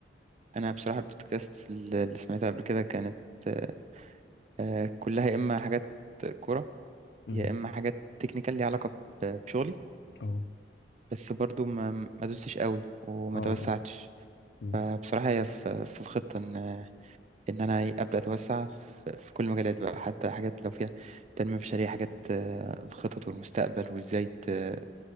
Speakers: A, on the right; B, on the left.
A: انا بصراحة البودكاست اللي اللي سمعتها قبل كده كانت آه، آه، كلها يا اما حاجات كورة
B: امم
A: يا اما حاجات تكنيكال ليها علاقة ب- بشغلي
B: اه
A: بس برضو ما ما دوستش قوي وما
B: اه اه
A: توسعتش
B: مم.
A: فبصراحة هي في في الخطة إن إن أنا إيه أبدأ أتوسع في في كل المجالات بقى حتى حاجات لو فيها تنمية بشرية حاجات آه، الخطط والمستقبل وإزاي ت-